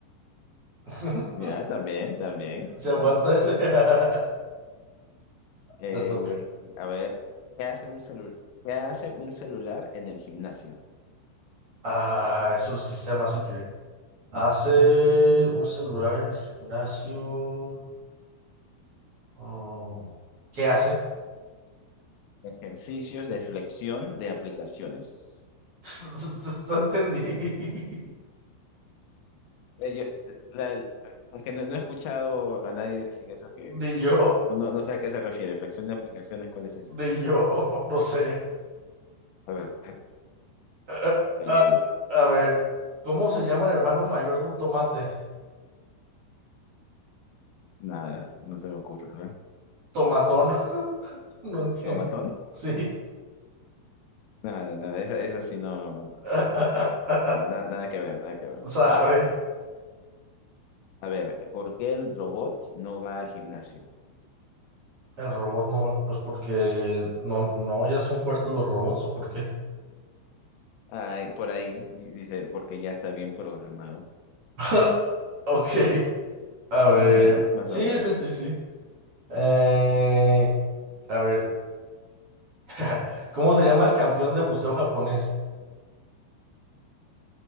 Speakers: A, on the right; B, on the left.
A: <laughs>
B: Ya, también, también,
A: ¿Se
B: también.
A: aguanta ese? <laughs>
B: Eh,
A: Te toca.
B: a ver, ¿qué hace un celu- qué hace un celular en el gimnasio?
A: Ah, eso sí se me hace que hace un celular en el gimnasio. ah, ¿qué hace?
B: Ejercicios de flexión de aplicaciones.
A: <laughs> No entendí.
B: Eh, yo- la- aunque no, no he escuchado a nadie decir eso, que
A: Ni yo,
B: no, no- no sé a qué se refiere. Flexión de aplicaciones, ¿cuál es esa?
A: ni yo, no sé.
B: A ver,
A: Ah,
B: dale,
A: ah,
B: dale.
A: a ver, ¿cómo se llama el hermano mayor de un tomate?
B: Nada, no se me ocurre, ¿verdad?
A: Tomatón. <laughs> No entiendo.
B: ¿Tomatón?
A: Sí.
B: Nada, nada, esa, esa sí no,
A: <laughs>
B: nada, na- nada que ver, nada que ver.
A: ¿Sabe?
B: A ver, a ver, ¿por qué el robot no va al gimnasio?
A: El robot no, pues porque no, no, ya son fuertes los robots, ¿o por qué?
B: Ay, por ahí y dice, porque ya está bien programado.
A: <laughs> Ok. A ver,
B: Más o menos, más
A: sí,
B: o menos.
A: sí, sí, sí. Eh, a ver, <laughs> ¿cómo se llama el campeón de buceo japonés?